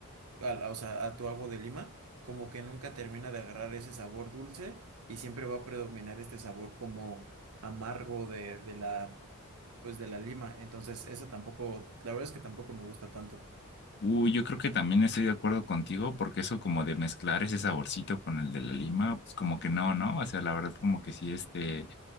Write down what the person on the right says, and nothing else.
a la- o sea, a tu agua de lima, como que nunca termina de agarrar ese sabor dulce y siempre va a predominar este sabor como amargo de, de la, pues de la lima. Entonces, esa tampoco, la verdad es que tampoco me gusta tanto.